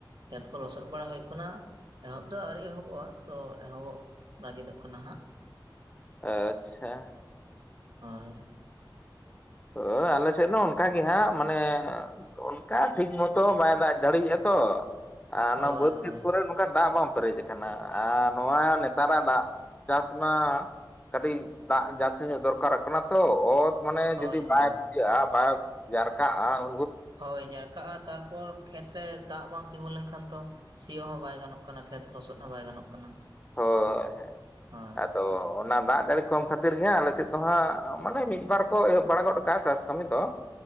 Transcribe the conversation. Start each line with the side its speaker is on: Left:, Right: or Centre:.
Right: ᱠᱷᱮᱛ ᱠᱚ ᱞᱚᱥᱚᱜ ᱵᱟᱲᱟ ᱦᱳᱭᱳᱜ ᱠᱟᱱᱟ᱾ ᱮᱦᱚᱵ ᱫᱚ ᱟᱣᱨᱤ ᱮᱦᱚᱵᱚᱜᱼᱟ, ᱛᱚ ᱮᱦᱚᱵᱚᱜ ᱞᱟᱹᱜᱤᱫᱚᱜ ᱠᱟᱱᱟ ᱦᱟᱸᱜ᱾
Left: ᱟᱪᱪᱷᱟ᱾
Right: ᱦᱳᱭ᱾
Left: ᱦᱳ, ᱟᱞᱮ ᱥᱮᱫ ᱦᱚᱸ ᱚᱱᱠᱟ ᱜᱮ ᱦᱟᱸᱜ, ᱢᱟᱱᱮ ᱚᱱᱠᱟ ᱴᱷᱤᱠ ᱢᱚᱛᱚ ᱵᱟᱭ ᱫᱟᱜ ᱡᱟᱹᱲᱤᱭᱮᱜᱼᱟ, ᱛᱚ ᱟ ᱚᱱᱟ
Right: ᱦᱳᱭ
Left: ᱵᱟᱹᱫᱽ
Right: ᱦᱳᱭ
Left: ᱠᱷᱮᱛ ᱠᱚᱨᱮ ᱱᱚ ᱠᱟ ᱫᱟᱜ ᱵᱟᱢ ᱯᱮᱨᱮᱡ ᱠᱟᱱᱟ ᱟᱨ ᱱᱚᱣᱟ, ᱱᱮᱛᱟᱨᱟᱜ ᱫᱟᱜ ᱪᱟᱥ ᱢᱟ ᱠᱟᱹᱴᱤᱜ ᱫᱟᱜ ᱡᱟᱥᱥᱤ ᱧᱚᱜ ᱫᱚᱨᱠᱟᱨᱚᱜ ᱠᱟᱱᱟ ᱛᱚᱻ᱾ ᱚᱛ ᱢᱟᱱᱮ
Right: ᱦᱳᱭ
Left: ᱫᱤ ᱵᱟᱭ
Right: ᱦᱳᱭ
Left: ᱵᱩᱡᱟᱹᱜᱼᱟ, ᱵᱟᱣ ᱡᱟᱨᱠᱟᱼᱟ,
Right: ᱦᱳᱭ, ᱡᱟᱨᱠᱟᱜᱼᱟ᱾ ᱛᱟᱨᱯᱚᱨ ᱠᱷᱮᱛ ᱨᱮ ᱫᱟᱜ ᱵᱟᱝ ᱛᱤᱸᱜᱩ ᱞᱮᱸᱠᱷᱟᱱ ᱛᱚ! ᱥᱤᱭᱚᱜ ᱦᱚᱸ ᱵᱟᱭ ᱜᱟᱱᱚᱜ ᱠᱟᱱᱟ, ᱠᱷᱮᱛ ᱞᱚᱥᱚᱫ ᱦᱚᱸ ᱵᱟᱭ ᱜᱟᱱᱚᱜ ᱠᱟᱱᱟ!
Left: ᱦᱳ, ᱦᱮᱸ,
Right: ᱦᱳᱭ
Left: ᱟᱫᱚ ᱚᱱᱟ ᱫᱟᱜ ᱡᱟᱲᱤ ᱠᱚᱢ ᱠᱷᱟᱹᱛᱤᱨ ᱜᱮ ᱦᱟᱸᱜ, ᱟᱞᱮᱥᱮᱫ ᱫᱚ ᱦᱟᱸᱜ ᱢᱟᱱᱮ ᱢᱤᱫ, ᱵᱟᱨ ᱠᱚ ᱮᱦᱚᱵ ᱵᱟᱲᱟ ᱜᱚᱫ ᱠᱟᱜᱼᱟ, ᱪᱟᱥ ᱠᱟᱹᱢᱤ ᱫᱚ᱾